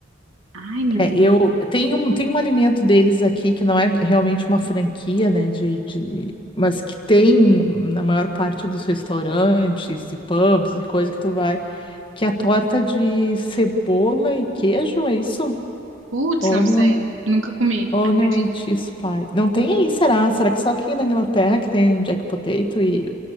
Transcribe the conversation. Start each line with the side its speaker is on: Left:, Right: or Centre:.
Right: Ai, menino.
Left: É, eu tem um, tem um alimento deles aqui que não é realmente uma franquia, né, de, de- mas que tem na maior parte dos restaurantes e pubs e coisa que tu vai, que é a torta de cebola e queijo, é isso?
Right: Putz,
Left: Onion,
Right: não sei. Nunca comi,
Left: onion
Right: acredita?
Left: and cheese pie. Não tem aí, será? Será que só aqui na Inglaterra que tem jack potato e,